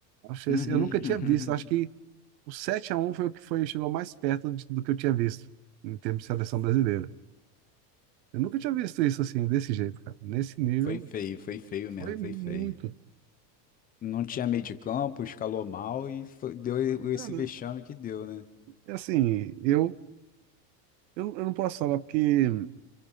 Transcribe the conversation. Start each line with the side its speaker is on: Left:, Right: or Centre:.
Right: Achei
Left: Uhum.
Right: assim, eu nunca tinha visto. Acho que
Left: <laughs>
Right: o 7 a um foi o que foi, chegou mais perto de- do que eu tinha visto em termos de seleção brasileira. Eu nunca tinha visto isso assim, desse jeito, cara. Nesse nível,
Left: Foi feio, foi feio mesmo,
Right: foi
Left: foi
Right: muito.
Left: feio. Não tinha meio de campo, escalou mal e foi- deu
Right: Cara,
Left: esse vexame que deu, né?
Right: assim, eu, eu, eu não posso falar porque.